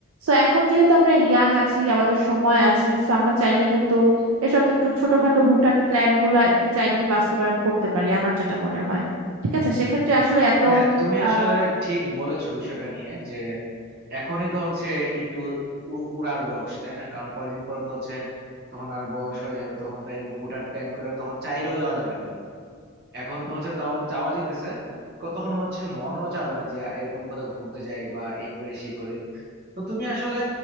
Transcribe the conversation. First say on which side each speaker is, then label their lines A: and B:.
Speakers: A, on the right; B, on the right.
A: সো এখন যেহেতু আমরা ইয়াং আছি আমাদের সময় আছে সো আমরা চাইলেই কিন্তু এসব একটু ছোটখাটো হুটহাট প্ল্যান গুলা একটু চাইলেই বাস্তবায়ন করতে পারি আমার যেটা মনে হয় ঠিক আছে সেক্ষেত্রে আসলে এত
B: হ্যাঁ তুমি
A: আহ
B: আসলে ঠিক বলেছো বিষয়টা নিয়ে যে এখনই তো হচ্ছে একটু উ- উড়ার বয়স তাই না কারণ কয়দিন পরে তো হচ্ছে তখন আর বয়স হয়ে যাবে তখন তো এরকম হুটহাট প্ল্যান করে তখন চাইলেও যাওয়া যাবে না এখন তো হচ্ছে তাও চাওয়া যাইতেছে ক- তখন হচ্ছে মনও চাবে না যে এরকম কোথাও ঘুরতে যাই বা এই করি সেই করি তো তুমি আসলে